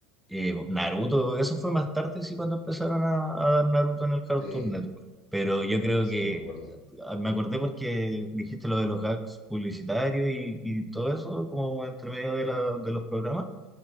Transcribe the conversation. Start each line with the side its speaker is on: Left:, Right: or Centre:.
Centre: eh, Naruto, eso fue más tarde, sí, cuando empezaron a, a dar Naruto en el Cartoon
Left: Sí,
Centre: Network. Pero yo creo
Left: sí,
Centre: que
Left: me acuerdo.
Centre: ah, me acordé porque dijiste lo de los gags publicitarios y, y todo eso, como entre medio de, la- de los programas.